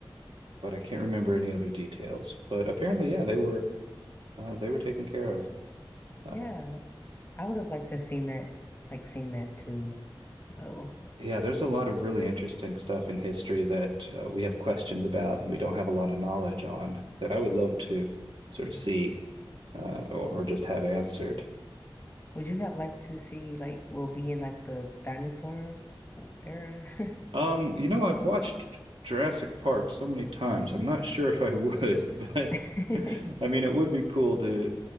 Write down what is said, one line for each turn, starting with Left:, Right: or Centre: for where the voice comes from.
Right: but I can't remember any other details. But apparently, yeah, they were uh, they were taken care of. Uh,
Left: Yeah, I would have liked to have seen that like seen that too though.
Right: Yeah, there's a lot of really interesting stuff in history that uh, we have questions about and we don't have a lot of knowledge on that I would love to sort of see uh, or, or just have answered.
Left: Would you have liked to see like well be in like the dinosaur era? <laughs>
Right: Um, you know, I've watched Jurassic Park so many times. I'm not sure if I would, <laughs> but
Left: <laughs>
Right: I mean, it would be cool to